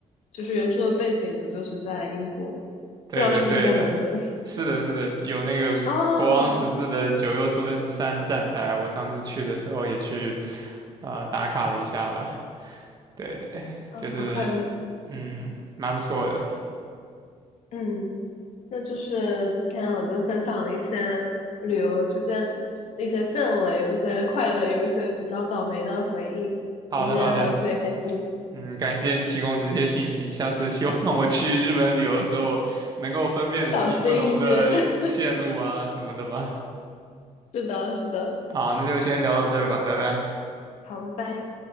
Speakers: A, on the left; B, on the right.
A: 就是原著的背景不就是在英国吗？
B: 对的，
A: 不知道是不是在伦敦？
B: 对的，是的，是的，有那个国王十字的九又四分之三站台，
A: <laughs> 哦，
B: 我上次去的时候也去，呃，打卡了一下吧。对，
A: 啊，
B: 就是，
A: 好快乐！
B: 嗯，蛮不错的。
A: 嗯，那就是今天我就分享了一些旅游之间一些见闻，有一些快乐，有一些比较倒霉的回忆。
B: 好的，
A: 我们今天聊的特别开心，
B: 好的，嗯，感谢你提供这些信息，下次希望我去日本旅游的时候能够分辨的清不同的线路啊什么的吧。
A: 小心一些。<laughs> 是的，是的，
B: 好，那就先聊到这儿吧，拜拜。
A: 好，拜拜。